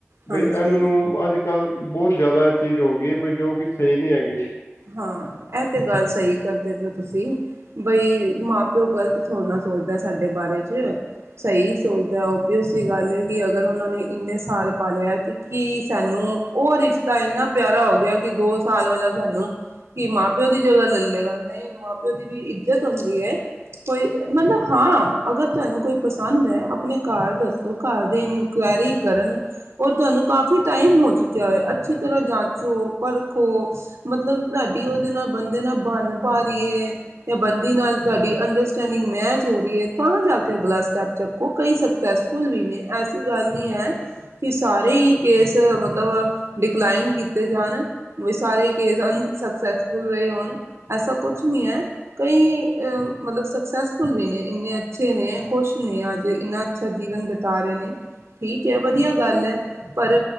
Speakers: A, on the left; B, on the right.
A: ਬਈ
B: ਹਾਂਜੀ
A: ਇਹਨਾਂ ਨੂੰ ਅੱਜ ਕੱਲ੍ਹ ਬੋਹਤ ਜਾਦਾ ਚੀਜ਼ ਹੋ ਗਈ ਏ ਪਰ ਜੋ ਕਿ ਸਹੀ ਨੀ ਹੈਗੀ।
B: ਹਾਂ ਇਹ ਤੇ ਗੱਲ ਸਹੀ ਕਰਦੇ ਪਏ ਓ ਤੁਸੀ। ਬਈ ਮਾਂ ਪਿਓ ਗ਼ਲਤ ਥੋੜਾ ਨਾ ਸੋਚਦਾ ਸਾਡੇ ਬਾਰੇ ਚ। ਸਹੀ ਸੋਚਦਾ ਓਬੀਅਸ ਦੀ ਗੱਲ ਹੈ, ਕਿ ਅਗਰ ਉਹਨਾਂ ਨੇ ਇੰਨੇ ਸਾਲ ਪਾਲਿਆ ਤੇ ਕੀ ਸਾਨੂੰ ਉਹ ਰਿਸ਼ਤਾ ਇੰਨਾ ਪਿਆਰਾ ਹੋ ਗਿਆ ਕਿ ਦੋ ਸਾਲ ਵਾਲਾ ਸਾਨੂੰ ਕਿ ਮਾਂ ਪਿਓ ਦੀ ਜਗ੍ਹਾ ਲਲੇਗਾ ਨਈ ਮਾਂ ਪਿਓ ਦੀ ਵੀ ਇੱਜ ਜਤ ਹੁੰਦੀ ਏ ਕੋਈ ਮਤਲਬ ਹਾਂ ਅਗਰ ਤੁਹਾਨੂੰ ਕੋਈ ਪਸੰ ਸੰਦ ਹੈ ਆਪਣੇ ਘਰ ਦੱਸੋ ਘਰ ਦੀ ਇਨਕੁਆਇਰੀ ਕਰਨ ਔਰ ਤੁਹਾਨੂੰ ਕਾਫੀ ਟਾਈਮ ਹੋ ਚੁੱਕਿਆ ਹੋਏ ਅੱਛੀ ਤਰ੍ਹਾਂ ਜਾਂਚੋ ਪਰਖੋ ਮਤਲਬ ਤੁਹਾਡੀ ਉਹਦੇ ਨਾਲ ਬੰਦੇ ਨਾਲ ਬਨ ਪਾ ਰਹੀਏ ਜਾਂ ਬੰਦੀ ਨਾਲ ਤੁਹਾਡੀ ਅੰਡ ਸਟਨਿੰਗ ਮੈਚ ਹੋ ਰਹੀ ਐ ਤਾਂ ਜਾ ਕੇ ਅਗਲਾ ਸਟੈਪ ਚੱਕੋ ਕਈ ਸਕਸੈਸਫੁਲ ਵੀ ਨੇ। ਐਸੀ ਗੱਲ ਨੀ ਹੈ। ਕਿ ਸਾਰੇ ਹੀ ਕੇਸ ਮਤਲਬ ਡਿਕਲਾਈਨ ਕੀਤੇ ਜਾਣ। ਉਹੀ ਸਾਰੇ ਹੀ ਕੇਸ ਅਨ ਸਕਸੈਸਫੁੱਲ ਰਹੇ ਹੋਣ ਐਸਾ ਕੁਛ ਨੀ ਹੈ ਕਈ ਅ ਮਤਲਬ ਸਕਸੈਸ ਫੁੱਲ ਵੀ ਨੇ ਇੰਨੇ ਅੱਛੇ ਨੇ ਖੁਸ਼ ਨੇ ਅੱਜ ਇੰਨਾ ਅੱਛਾ ਜੀਵਨ ਬਿਤਾ ਰਹੇ ਨੇ। ਠੀਕ ਐ ਵਧੀਆ ਗੱਲ ਹੈ। ਪਰ